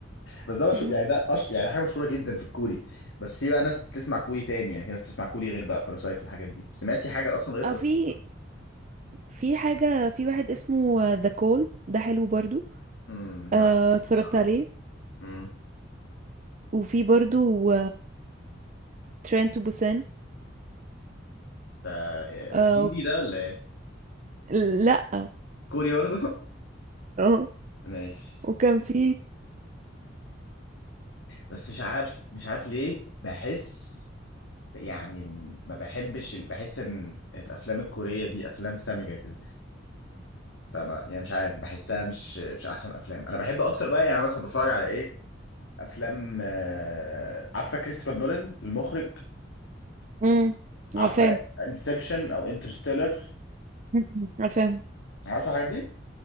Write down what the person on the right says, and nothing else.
<laughs>
اه
في في حاجه في واحد اسمه ذا كول ده حلو برضو
آه
اتفرجت
عليه
وفي برضو ترين تو بوسان
آه
لا
اه
وكان في
امم عارفاهم
<laughs> عارفاهم